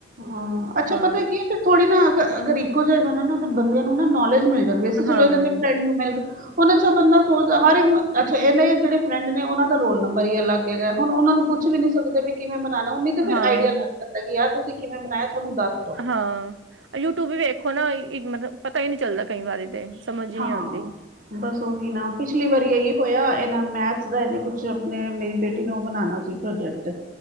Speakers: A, on the right; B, on the right.
A: ਹਾਂ ਅੱਛਾ
B: ਹਾਂ,
A: ਪਤਾ ਕੀ ਐ ਵੀ ਥੋੜ੍ਹੀ ਨਾ ਅਗਰ ਇੱਕੋ ਜੀ ਬਣੇ ਨਾ ਤੇ ਬੰਦਿਆਂ ਨੂੰ ਨਾ ਨੌਲੇਜ ਮਿਲ ਜਾਂਦੀ ਸੀਂ ਚਲੋ
B: ਹਾਂ,
A: ਇਦਾਂ ਦੇ ਫਰੈਂਡ ਨੂੰ ਮਿਲ ਕੇ ਹੁਣ ਅੱਛਾ ਬੰਦਾ ਸੋਚਦਾ ਹਰ ਇੱਕ ਨੂੰ ਅੱਛਾ ਇਨੇ ਦੇ ਜੇੜੇ ਫਰੈਂਡ ਨੇ ਉਨਾਂ ਦਾ ਰੋਲ ਨੰਬਰ ਈ ਅੱਲਗ ਹੈਗਾ ਹੁਣ ਉਨਾਂ ਨੂੰ ਪੁੱਛ ਵੀ ਨਈ ਸਕਦੇ ਵੀ ਕਿਵੇਂ ਬਣਾਣਾ ਓ ਨਈ ਤੇ ਫੇਰ
B: ਹਾਂ,
A: ਆਈਡੀਆ ਲੱਗਦਾ ਕਿ ਤੁਸੀਂ ਕਿਵੇਂ ਬਣਾਇਆ ਸਾਨੂੰ ਦੱਸ ਦਿਓ
B: ਹਾਂ, ਯੂਟਿਊਬ ਵੀ ਵੇਖੋ ਨਾ ਮਤਲਬ ਪਤਾ ਈ ਨਈ ਚੱਲਦਾ ਕਈ ਵਾਰੀ ਤੇ। ਸਮਝ ਹੀ
A: ਹਾਂ,
B: ਨਹੀਂ ਆਉਂਦੀ
A: ਬਸ ਓਹੀ ਨਾ ਪਿਛਲੀ ਵਾਰੀ ਏਈਓ ਹੋਇਆ ਇਨਾਂ ਮੈਥਸ ਦਾ ਇਨੇ ਕੁਛ ਆਪਣੇ ਮੇਰੀ ਬੇਟੀ ਨੂੰ ਓ ਬਣਾਣਾ ਸੀ ਪ੍ਰੋਜੈਕਟ।